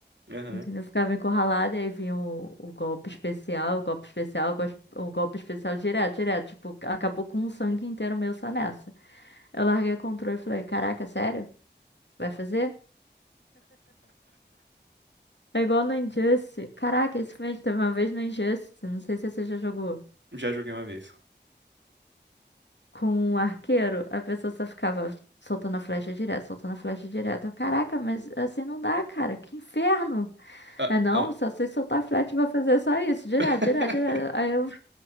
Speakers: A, on the right; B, on the left.
A: Aham.
B: Entendeu? Eu ficava encurralada e aí vinha o, o golpe especial, o golpe especial, o gos- o golpe especial direto, direto. Tipo, acabou com um sangue inteiro meu só nessa. Eu larguei o controle e falei, caraca, sério? Vai fazer? É igual no Injustice. Caraca, esse filme teve uma vez no Injustice, não sei se você já jogou.
A: Já joguei uma vez.
B: Com um arqueiro, a pessoa só ficava soltando a flecha direto, soltando a flecha direto. Eu, Caraca, mas assim não dá, cara. Que inferno.
A: Ah,
B: É não,
A: ah.
B: só sei soltar a flecha e vou fazer só isso. Direto,
A: <laughs>
B: direto, direto. Aí eu,